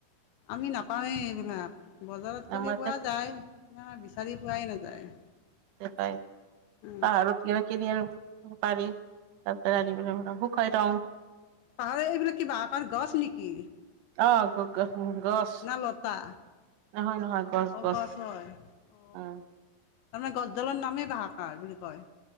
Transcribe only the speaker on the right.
আমাৰ
পায়।
পাহাৰত গৈ কিনি আনো। পাৰি। তাৰ পিছতে আনি পেলাই প্ৰথমতে শুকুৱাই থং।
অঁ, কক ফুল গছ?
নহয়, নহয় গছ
গছ।
অঁ।